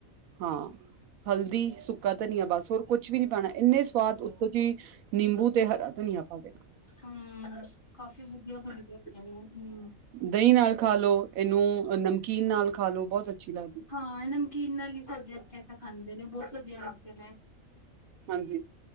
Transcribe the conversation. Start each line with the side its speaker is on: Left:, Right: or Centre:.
Right: ਹਾਂ, ਹਲਦੀ, ਸੁੱਕਾ ਧਨੀਆ ਬਸ ਹੋਰ ਕੁਛ ਵੀ ਨੀ ਪਾਣਾ ਇੰਨੇ ਸਵਾਦ ਸੀ, ਨਿੰਬੂ ਤੇ ਹਰਾ ਧਨੀਆ ਪਾ ਦੇਣਾ
Left: ਹਮ, ਕਾਫੀ ਵਧੀਆ ਬਣਦੀ <unintelligible>
Right: ਦ‌ਈਂ ਨਾਲ ਖਾ ਲੋ ਇਹਨੂੰ ਨਮਕੀਨ ਨਾਲ ਖਾ ਲੋ ਬਹੁਤ ਅੱਛੀ ਲੱਗਦੀ।
Left: ਹਾਂ ਇਹ ਨਮਕੀਨ ਨਾਲ ਈ ਸਾਡੇ ਇਥੇ ਤਾਂ ਖਾਂਦੇ ਨੇ ਬਹੁਤ ਵਧੀਆ ਲੱਗਦੇ ਨੇ।
Right: ਹਾਂਜੀ,